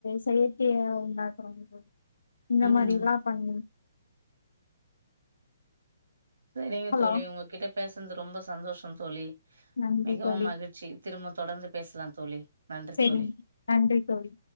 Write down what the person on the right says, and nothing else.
ம்
செரிங்க
தோழி உங்ககிட்ட பேசுனது ரொம்ப சந்தோஷோ தோழி
மிகவும்
மகிழ்ச்சி திரும்ப தொடர்ந்து பேஸ்லாந் தோழி நன்றி
தோழி